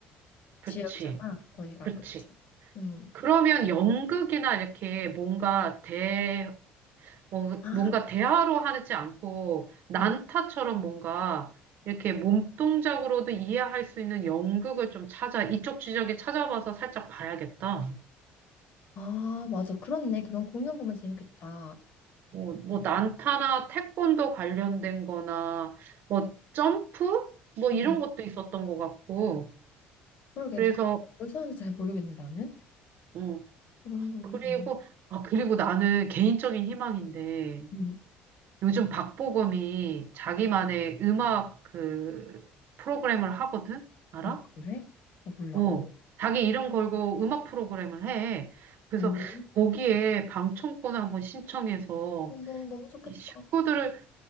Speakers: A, on the right; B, on the left.
A: 그치.
B: 지역이잖아. 거기가
A: 그치.
B: 그렇지. 음.
A: 그러면 연극이나 이렇게 뭔가 대, 뭐,
B: 아,
A: 뭔가 대화로 하지 않고 난타처럼
B: 어.
A: 뭔가 이렇게 몸동작으로도 이해할 수 있는 연극을 좀 찾아, 이쪽 지적에 찾아봐서 살짝 봐야겠다.
B: 아, 맞아. 그렇네. 그런 공연 보면 재밌겠다.
A: 뭐, 뭐,
B: 음.
A: 난타나 태권도 관련된 거나, 뭐, 점프? 뭐, 이런
B: 음.
A: 것도 있었던 것 같고.
B: 그러게.
A: 그래서,
B: 근데 그걸 사는지 잘 모르겠네 나는.
A: 어.
B: 그런 거는.
A: 그리고,
B: 음.
A: 아, 그리고 나는 개인적인 희망인데,
B: 음.
A: 요즘 박보검이 자기만의 음악 그 프로그램을 하거든? 알아?
B: 아, 그래? 나 몰라.
A: 어.
B: 오.
A: 자기 이름 걸고 음악 프로그램을 해. 그래서
B: 오.
A: 거기에 방청권을 한번 신청해서
B: 어머, 너무 좋겠다.
A: 이 식구들을